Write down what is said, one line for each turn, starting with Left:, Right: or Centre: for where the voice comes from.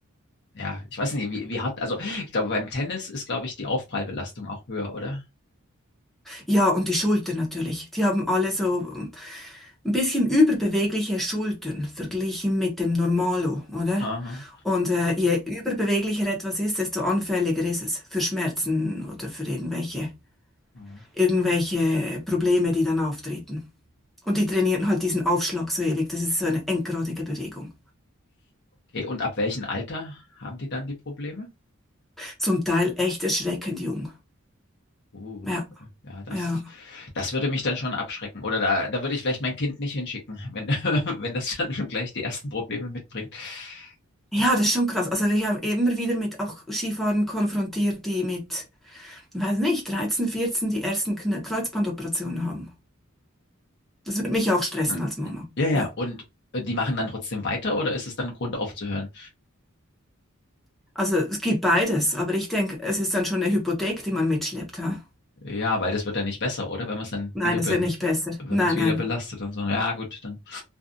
Left: Ja, ich weiß nicht, wie, wie hart, also ich glaube, beim Tennis ist, glaube ich, die Aufprallbelastung auch höher, oder?
Centre: ja, und die Schulter natürlich. Die haben alle so. ein bisschen überbewegliche Schultern verglichen mit dem Normalo, oder?
Left: Aha.
Centre: Und äh, je überbeweglicher etwas ist, desto anfälliger ist es für Schmerzen oder für irgendwelche,
Left: Ah,
Centre: irgendwelche Probleme, die dann auftreten. Und die trainieren halt diesen Aufschlag so ewig. Das ist so eine endgradige Bewegung.
Left: Okay, und ab welchem Alter haben die dann die Probleme?
Centre: Zum Teil echt erschreckend jung.
Left: Uh,
Centre: Ja,
Left: ja, das,
Centre: ja.
Left: das würde mich dann schon abschrecken. Oder da, da würde ich vielleicht mein Kind nicht hinschicken, wenn, <laughs> wenn das dann schon gleich die ersten Probleme mitbringt.
Centre: Ja,
Left: Das,
Centre: das ist schon krass. Also ich habe immer wieder mit auch Skifahrern konfrontiert, die mit, weiß nicht, 13, 14 die ersten Kn- Kreuzbandoperationen haben. Das würde mich auch stressen
Left: ja,
Centre: als Mama.
Left: ja, ja,
Centre: Ja.
Left: und äh, die machen dann trotzdem weiter oder ist es dann Grund aufzuhören?
Centre: Also es gibt beides, aber ich denke, es ist dann schon eine Hypothek, die man mitschleppt. Ha?
Left: Ja, weil das wird dann nicht besser, oder? Wenn man es dann
Centre: Nein,
Left: wieder be
Centre: es wird nicht besser.
Left: wenn
Centre: Nein,
Left: man es wieder
Centre: nein.
Left: belastet und so. Ja, gut, dann.